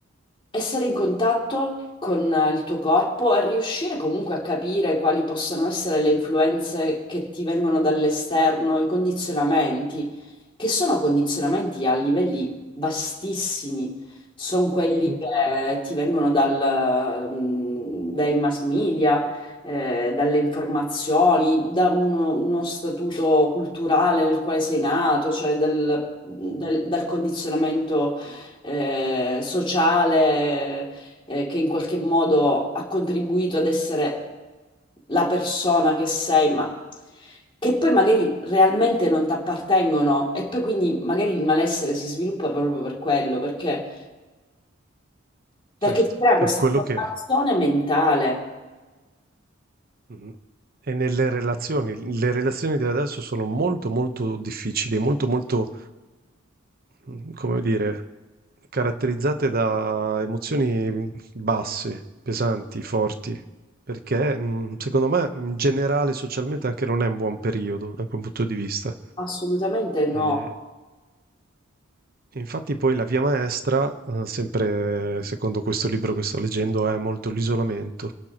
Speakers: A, on the left; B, on the right.
A: essere in contatto con eh, il tuo corpo e riuscire comunque a capire quali possano essere le influenze che ti vengono dall'esterno, i condizionamenti, che sono condizionamenti a livelli vastissimi, sono quelli
B: Mhm.
A: che ti vengono dal, mh, dai mass media, eh, dalle informazioni, da uno, uno statuto culturale nel quale sei nato, cioè dal dal, dal condizionamento eh, sociale eh, che in qualche modo ha contribuito ad essere la persona che sei, ma che poi magari realmente non ti appartengono e poi quindi magari il malessere si sviluppa proprio per quello, perché, perché
B: Certo,
A: si crea questa
B: è quello
A: formazione
B: che
A: mentale.
B: Mhm. è nelle relazioni. Le relazioni di adesso sono molto molto difficili, molto molto, mm, come dire, caratterizzate da emozioni mhmm, basse, pesanti, forti, perché mh, secondo me in generale socialmente anche non è un buon periodo da quel punto di vista.
A: Assolutamente no.
B: E infatti poi la via maestra, eh, sempre secondo questo libro che sto leggendo, è molto l'isolamento,